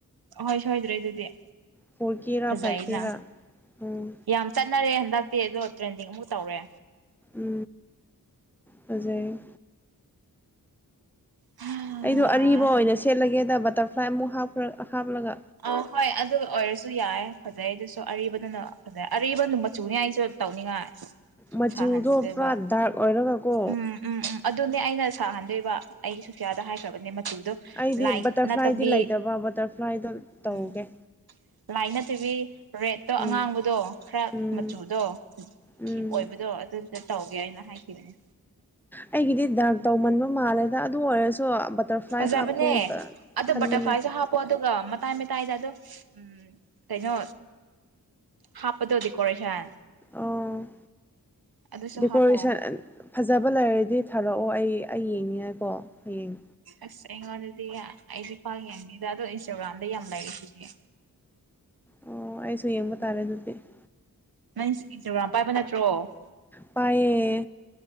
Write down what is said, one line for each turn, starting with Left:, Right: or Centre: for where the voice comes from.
Right: ꯑꯣꯏ ꯁꯣꯏꯗ꯭ꯔꯦ ꯑꯗꯨꯗꯤ
Centre: ꯐꯣꯔ ꯀꯦꯔꯥ
Right: ꯐꯖꯩꯅ
Centre: ꯐꯥꯏꯚ ꯀꯦꯔꯥ ꯎꯝ
Right: ꯌꯥꯝ ꯆꯠꯅꯔꯦ ꯍꯟꯗꯛꯇꯤ ꯑꯗꯣ ꯇ꯭ꯔꯦꯟꯗꯤꯡ ꯑꯃꯨꯛ ꯇꯧꯔꯦ
Centre: ꯎ ꯐꯖꯩ
Right: ꯍꯥ
Centre: ꯑꯩꯗꯣ ꯑꯔꯤꯕ ꯑꯣꯏꯅ ꯁꯦꯠꯂꯒꯦꯗꯕ ꯇꯔ ꯐ꯭ꯂꯥꯏ ꯑꯃꯛ ꯍꯥ ꯍꯥꯞꯂꯒ
Right: ꯑ ꯍꯣꯏ ꯑꯗꯨ ꯑꯣꯏꯔꯁꯨ ꯌꯥꯏ ꯐꯖꯩ ꯑꯗꯨꯁꯨ ꯑꯔꯤꯕꯗꯨꯅ ꯐꯖꯩ ꯑꯔꯤꯕꯅ ꯃꯆꯨꯅꯤ ꯑꯩꯁꯨ ꯇꯧꯅꯤꯡꯉꯥꯏ
Centre: ꯃꯆꯨꯗꯣ
Right: ꯁꯥꯍꯟꯗꯣꯏꯕ
Centre: ꯄꯨꯔꯥ ꯗꯥꯔꯛ ꯑꯣꯏꯔꯒꯀꯣ
Right: ꯎꯝ ꯎꯝ ꯎꯝ ꯑꯗꯨꯅꯦ ꯑꯩꯅ ꯁꯥꯍꯟꯗꯣꯏꯕ ꯑꯩꯗꯤ ꯁꯨꯁꯌꯥꯗ ꯍꯥꯏꯈ꯭ꯔꯕꯅꯦ ꯃꯆꯨꯗꯣ
Centre: ꯑꯩꯗꯤ
Right: ꯂꯥꯏ
Centre: ꯕꯇꯔꯐ꯭ꯂꯥꯏꯗꯤ
Right: ꯅꯠꯇꯕꯤ
Centre: ꯂꯩꯇꯕ ꯕꯇꯔꯐ꯭ꯂꯥꯏ ꯀꯏꯗꯣ
Right: ꯎꯝ
Centre: ꯇꯧꯒꯦ
Right: ꯂꯥꯏ ꯅꯠꯇꯕꯤ ꯔꯦꯠꯇꯣ
Centre: ꯎꯝ
Right: ꯑꯉꯥꯡꯕꯗꯣ ꯈꯔ
Centre: ꯎꯝ
Right: ꯃꯆꯨꯗꯣ
Centre: ꯎꯝ
Right: ꯖꯤꯞ ꯑꯣꯏꯕꯗꯣ ꯑꯗꯨꯗ ꯇꯧꯒꯦ ꯍꯥꯏꯅ ꯍꯥꯏꯈꯤꯕꯅꯦ
Centre: ꯑꯩꯒꯤꯗꯤ ꯗꯥꯛ ꯇꯧꯃꯟꯕ ꯃꯥꯜꯂꯦꯗ ꯑꯗꯨ ꯑꯣꯏꯔꯁꯨ ꯕꯇꯔꯐ꯭ꯂꯥꯏ
Right: ꯐꯖꯕꯅꯦ
Centre: ꯍꯥꯞꯀꯦꯅ
Right: ꯑꯗꯣ
Centre: ꯈꯟꯕꯅꯦ
Right: ꯕꯇꯔꯐ꯭ꯂꯥꯏꯁꯨ ꯍꯥꯞꯄꯣ ꯑꯗꯨꯒ ꯃꯇꯥꯏ ꯃꯇꯥꯏꯗ ꯑꯗꯣ ꯎꯝ ꯀꯩꯅꯣ ꯍꯥꯞꯄꯗꯣ ꯗꯦꯀꯣꯔꯦꯁꯟ
Centre: ꯑꯣ
Right: ꯑꯗꯨꯁꯨ
Centre: ꯗꯦꯀꯣꯔꯦꯁꯟ
Right: ꯍꯥꯞꯄꯣ
Centre: ꯐꯖꯕ ꯂꯩꯔꯗꯤ ꯊꯥꯔꯛꯑꯣ ꯑꯣ ꯑꯩ ꯑꯩ ꯌꯦꯡꯅꯤꯡꯉꯥꯏꯀꯣ ꯍꯌꯦꯡ
Right: ꯑꯁ ꯑꯩꯉꯣꯟꯗꯗꯤ ꯑꯩꯗꯤ ꯄꯥꯛ ꯌꯦꯡꯗꯗ ꯑꯗꯣ ꯏꯟꯁꯇꯥꯒ꯭ꯔꯥꯝꯗ ꯌꯥꯝ ꯂꯩꯔꯤ ꯁꯤꯗꯤ
Centre: ꯑꯣ ꯑꯩꯁꯨ ꯌꯦꯡꯕ ꯇꯥꯔꯦ ꯑꯗꯨꯗꯤ <inaudible>
Right: ꯅꯪ ꯏꯟꯁꯇꯥꯒ꯭ꯔꯥꯝ ꯄꯥꯏꯕ ꯅꯠꯇ꯭ꯔꯣ
Centre: ꯄꯥꯏꯌꯦ